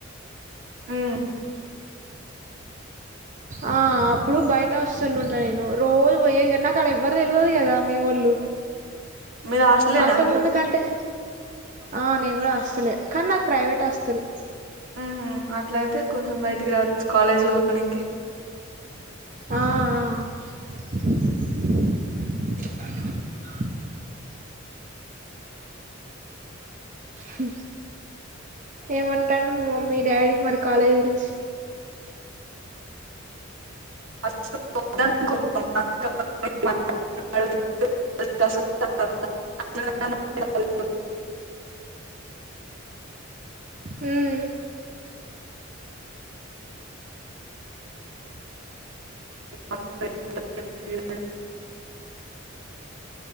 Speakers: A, on the right; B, on the right.
A: మ్మ్
B: ఆ అప్పుడు బయట అస్సలు ఉండా, నేను రోజు బోయేది గాని, నాక్ అడా ఎవ్వరు తెలువదు గదా మీవోళ్ళు.
A: మీది హాస్టలేనా
B: అంత
A: అక్క
B: ముందు కంటే ఆ నేను కూడా హాస్టలే, కానీ నాది ప్రైవేట్ హాస్టల్.
A: హుహ్ అట్లైతే కొంచెం బయటికి రావచ్చు. కాలేజి వోనికి.
B: ఆఆ ఆ హు్ ఏమంటాడు మీ మమ్మీ డాడీ మరి కాలేజీ గురించి
A: <unintelligible> <unintelligible>
B: హుహ్ <inaudible>
A: <unintelligible>